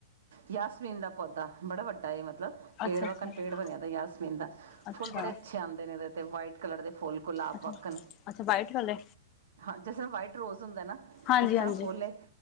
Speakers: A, on the right; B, on the left.
A: ਯਾਸਮੀਨ ਦਾ ਪੌਦਾ ਬੜਾ ਵੱਡਾ ਏ ਮਤਲਬ ਪੇੜ
B: ਅੱਛਾ
A: ਵਕਣ
B: ਅੱਛਾ
A: ਪੇੜ ਬਣਿਆ ਯਾਸਮੀਨ ਦਾ
B: ਅੱਛਾ
A: ਫੁੱਲ ਬੜੇ ਅੱਛੇ ਆਉਂਦੇ ਨੇ ਐਦੇ। ਤੇ ਵਾਈਟ ਕਲਰ ਦੇ ਫੁੱਲ ਗੁਲਾਬ
B: ਅੱਛਾ
A: ਵੱਕਣ
B: ਅੱਛਾ ਵਾਈਟ ਵਾਲੇ
A: ਹਾਂ ਜਿਸ ਤਰ੍ਹਾਂ ਵਾਈਟ ਰੋਜ਼ ਹੁੰਦਾ ਨਾ
B: ਹਾਂਜੀ
A: ਇਸ ਤਰ੍ਹਾਂ
B: ਹਾਂਜੀ
A: ਫੁੱਲ ਏ।